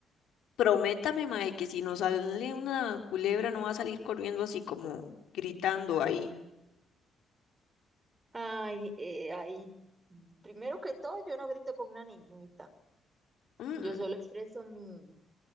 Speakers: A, on the left (about 75°); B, on the right (about 25°).
A: prométame, mae, que si nos sale una culebra no va a salir corriendo así como gritando ahí.
B: Ay, eh, ay, primero que todo, yo no grito como una niñita.
A: Mm.
B: Yo solo expreso mi,